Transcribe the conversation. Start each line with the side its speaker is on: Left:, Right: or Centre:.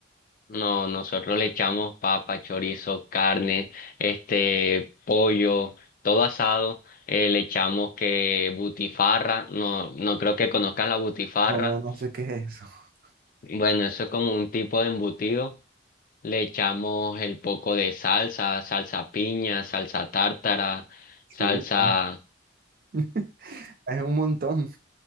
Left: No, nosotros le echamos papa, chorizo, carne, este, pollo, todo asado. Eh, le echamos que butifarra, no, no creo que conozcas la butifarra.
Right: No, no sé qué es eso. <laughs>
Left: Bueno, eso es como un tipo de embutido. Le echamos el poco de salsa, salsa piña, salsa tártara,
Right: Chuta,
Left: salsa...
Right: <laughs> es un montón.